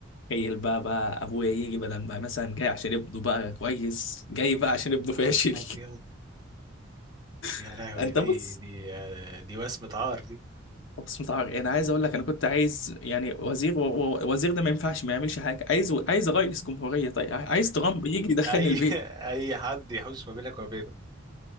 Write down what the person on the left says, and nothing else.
تخيل بقى بقى ابويا يجي بدل ما مثلا جاي عشان ابنه بقى كويس جاي بقى
عشان ابنه
فاشل
<laughs>
انت
بص
بص متعرق انا عايز اقول لك انا كنت عايز يعني وزير و- و- وزير ده ما ينفعش ما يعملش حاجه عايز عايز رئيس جمهوريه طيب عايز ترامب يجي يدخلني
البيت